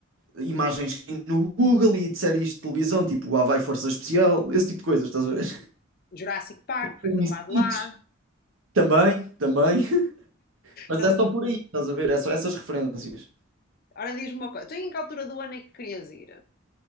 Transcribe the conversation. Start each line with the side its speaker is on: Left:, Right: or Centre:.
Right: imagens no Google e de séries de televisão, tipo Lá vai Força Especial, esse tipo de coisas, estás a ver?
Left: Jurassic Park foi
Right: Ou
Left: filmado
Right: em Stitch.
Left: lá.
Right: Também, também. <laughs> Mas
Left: Ele-
Right: é só por aí, estás a ver? É só essas referências.
Left: Ora, diz-me uma coisa: tu em que altura do ano é que querias ir?